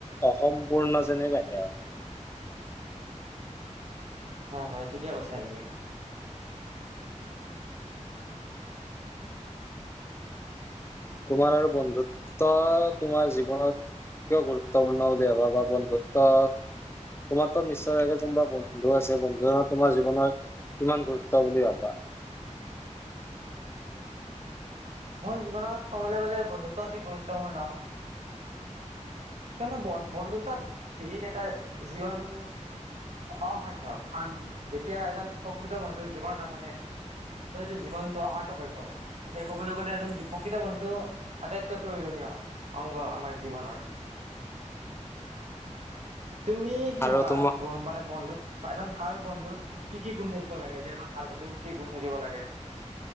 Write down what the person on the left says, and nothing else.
অসম্পূৰ্ণ যেনেই লাগে আৰু।
তোমাৰ আৰু বন্ধুত্ব তোমাৰ জীৱনত কিয় গুৰুত্বপূৰ্ণ বুলি ভাবা বা বন্ধুত্ব তোমাৰটো নিশ্চয়ে কোনোবা বন্ধু আছে, বন্ধু তোমাৰ জীৱনৰ কিমান গুৰুত্ব বুলি ভাবা।
আৰু
তোমাক